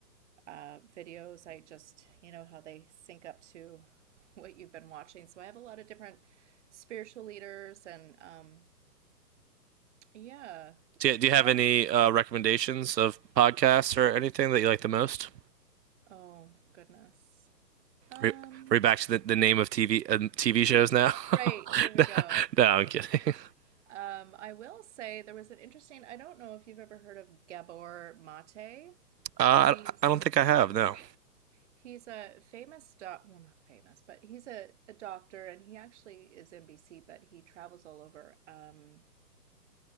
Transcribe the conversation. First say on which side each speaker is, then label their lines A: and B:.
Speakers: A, on the right; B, on the right.
A: uh, videos. I just, you know, how they sync up to what you've been watching. So I have a lot of different spiritual leaders and um, yeah.
B: Do you, do you have
A: One,
B: any uh, recommendations of podcasts or anything that you like the most?
A: oh goodness. Um,
B: Are we back to the, the name of TV uh, TV shows now? <laughs>
A: right, here we
B: No,
A: go.
B: no, I'm kidding.
A: Um, I will say there was an interesting, I don't know if you've ever heard of Gabor Mate.
B: Uh,
A: He's
B: I, I don't think I have, no.
A: he's a famous doc, well, not famous, but he's a, a doctor and he actually is in BC, but he travels all over. Um,